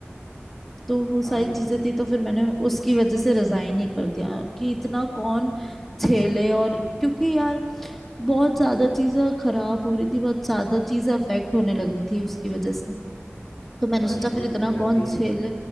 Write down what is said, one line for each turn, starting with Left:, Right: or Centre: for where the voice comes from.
Centre: तो वो
Left: भाई
Centre: सारी चीजें थी तो फिर मैंने उसकी वजह से रिजाइन ही कर दिया कि इतना कौन झेले और क्योंकि यार बहुत ज्यादा चीजें खराब हो रही थी बहुत ज्यादा चीजें अफेक्ट होने लगी थी उसकी वजह से तो मैंने
Left: टचवुड
Centre: सोचा फिर इतना
Left: नियति
Centre: कौन झेले